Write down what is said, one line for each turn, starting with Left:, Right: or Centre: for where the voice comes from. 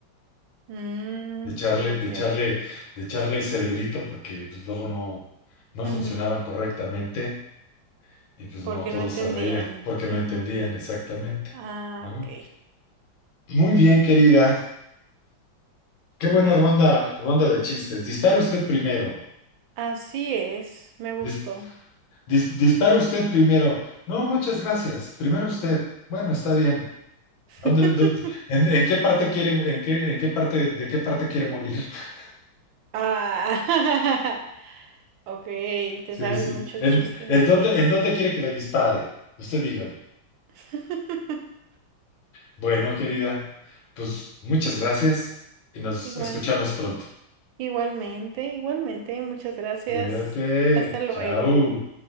Right: Mm,
Left: de echarle,
Right: ok.
Left: de echarle, de echarle cerebrito porque pues, luego no, no
Right: Ujú,
Left: funcionaban correctamente y pues
Right: Porque
Left: no todos
Right: no entendían.
Left: se reían porque no
Right: Ujú.
Left: entendían exactamente,
Right: Ah,
Left: ¿no?
Right: ok.
Left: Muy bien, querida. Qué buena ronda, ronda de chistes. Dispara usted primero.
Right: Así es, me gustó.
Left: Dis- dis- dispara usted primero. No, muchas gracias. Primero usted. Bueno, está bien.
Right: <laughs>
Left: Ándale, du- ¿En, en qué parte quiere, en qué, en qué parte, de qué parte quiere morir? <laughs>
Right: Ah, <laughs> ok, te
Left: Sí,
Right: sabes
Left: sí.
Right: muchos
Left: ¿En,
Right: chistes
Left: en
Right: así.
Left: dónde, en dónde quiere que le dispare? Usted dígame.
Right: <laughs>
Left: Bueno, querida, pues muchas gracias y nos
Right: Igual,
Left: escuchamos pronto.
Right: igualmente, igualmente, muchas gracias.
Left: Cuídate.
Right: Hasta luego.
Left: Chao.